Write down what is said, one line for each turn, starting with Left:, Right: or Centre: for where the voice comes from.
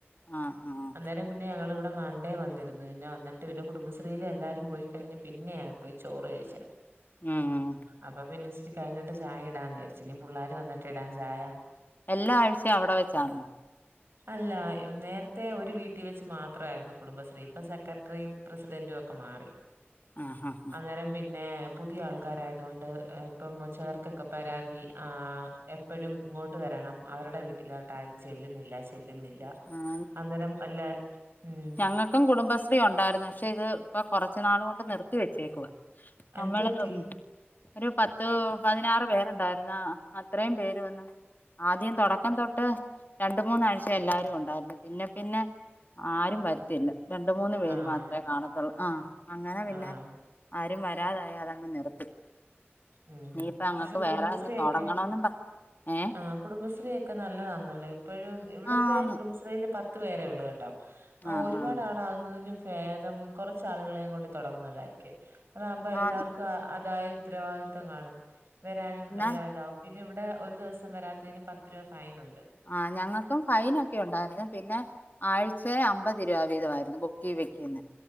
Left: ആഹ ആഹ്
Right: അന്നേരം പിന്നെ ഞങ്ങളിവിടെ മണ്ടേ വന്നിരുന്നു ടന്ന് പിന്നെ വന്നിട്ട് പിന്നെ കുടുംബശ്രീൽ എല്ലാരും പോയി കഴിഞ്ഞ് പിന്നെയാ പോയി ചോറ് കഴിചെ
Left: ഉം ഉം
Right: അപ്പൊ പിന്നെച്ചിരി കഴിഞ്ഞിട്ട് ചായ ഇടാന്ന് വിചാരിച്ച ഇനീ പുള്ളാര് വന്നിട്ട് ഇടാൻ ചായാ
Left: എല്ലാ ആഴ്ചയും അവിടെ വെച്ചാണോ
Right: അല്ല നേരത്തെ ഒരു വീട്ടി വെച്ച് മാത്രാരുന്നു കുടുംബശ്രീ ഇപ്പ സെക്രട്ടറിയും പ്രസിഡന്റും ഒക്കെ മാറി
Left: ആഹ് ആഹ്
Right: അന്നേരം പിന്നെ പുതിയ ആൾക്കാരായതുകൊണ്ട് ഇപ്പം ചെലോർക്കൊക്കെ പരാതി ആഹ എപ്പോഴും ഇങ്ങോട്ട് വരണം അവരുടെ വീട്ടിലോട്ട് ആരും ചെല്ലുന്നില്ല ചെല്ലുന്നില്ല ല്ല
Left: ആഹ്
Right: അന്നേരം അല്ലെ ഉം
Left: അങ്ങക്കും കുടുംബശ്രീ ഉണ്ടായിരുന്നു പക്ഷെ ഇത് ഇപ്പൊ കുറച്ചു നാൾ കൊണ്ട് നിർത്തി വെച്ചേക്കുവ
Right: എന്ത്
Left: നമ്മളത്
Right: പറ്റി
Left: ഉം ഒരു പത്ത് പതിനാറ് പേരുണ്ടായിരുന്നാ അത്രയും പേര് വന്നു ആദ്യം തുടക്കം തൊട്ട് രണ്ട് മൂന്നാഴ്ച എല്ലാരും ഉണ്ടായിരുന്നു പിന്നെ പിന്നെ ആരും വരുത്തില്ല രണ്ട് മൂന്ന് പേര്
Right: ആഹ്
Left: മാത്രേ കാണതൊള്ളൂ ആഹ അങ്ങനെ പിന്നെ
Right: ആഹ്
Left: ആരും വരാതായി അതങ്ങ് നിർത്തി
Right: ഉം
Left: നീയിപ്പ അങ്ങക്ക്
Right: പക്ഷെ കുടുംബശ്രീ
Left: വേറെ ഒന്ന് തുടങ്ങണോന്നും
Right: ഒക്കെ
Left: പറ ഏഹ്
Right: ആഹ് കുടുംബശ്രീയൊക്കെ നല്ല താന്നല്ലോ ഇപ്പോഴും ഇവിടത്തെ
Left: ആന്ന്
Right: കുടുംബശ്രീൽ പത്ത് പത്ത് പേരെ ഉള്ളൂ കേട്ടോ
Left: ആഹ്
Right: ഒരുപാട്
Left: ആഹ്
Right: ആളാകുന്നതിലും ഭേദം കുറച്ചാളുകളെയും കൊണ്ട് തുടങ്ങുന്നതായിരിക്കും അതകുമ്പോ എല്ലാവർക്കും
Left: ആന്ന്
Right: അതായ ഉത്തരവാദിത്വം കാണും വരാനും
Left: എന്നാ
Right: എല്ലാ ഇതാവും പിന്നെ ഇവിടെ ഒരു ദിവസം വരാത്തതിന് പത്ത് രൂപ ഫൈൻ ഉണ്ട്
Left: ആഹ് ഞങ്ങക്കും ഫൈനൊക്കെ ഉണ്ടായിരുന്നു പിന്നെ ആഴ്ച അമ്പത് രൂപ വീതമായിരുന്നു ബുക്കി വെക്കുന്നെ